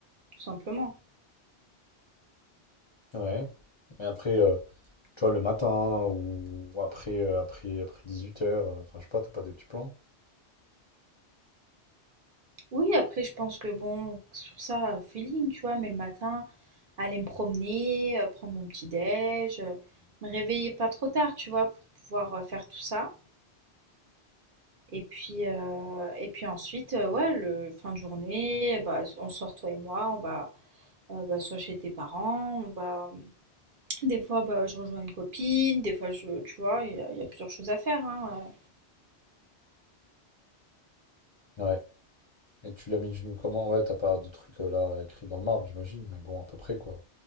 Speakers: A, on the right (about 55°); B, on the left (about 35°).
A: tout simplement.
B: Ouais. Mais après, euh, tu vois, le matin ou ou après, euh, après, après 18h, enfin, je sais pas, t'as pas des petits plans?
A: Oui, après, je pense que bon, sur ça, feeling, tu vois, mais le matin, aller me promener, euh, prendre mon petit déj, euh, me réveiller pas trop tard, tu vois, pour pouvoir euh, faire tout ça. Et puis, euh, et puis ensuite, euh, ouais, le fin de journée, bah, on sort toi et moi, on va euh, bah, soit chez tes parents, on va. mmh, Des fois, bah, je rejoins une copine, des fois, je, tu vois, il y, a il y a plusieurs choses à faire, hein, euh.
B: Ouais. Et tu l'as mis d'une comment? Ouais, t'as pas de truc euh, là écrit dans le marbre, j'imagine, mais bon, à peu près quoi.